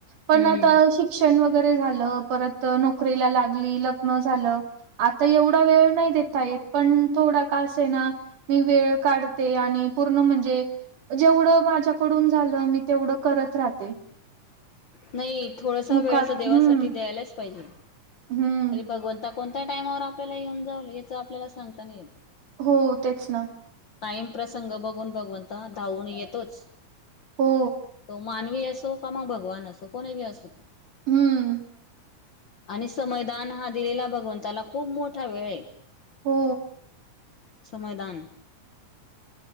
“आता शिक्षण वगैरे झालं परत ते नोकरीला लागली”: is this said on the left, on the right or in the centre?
Right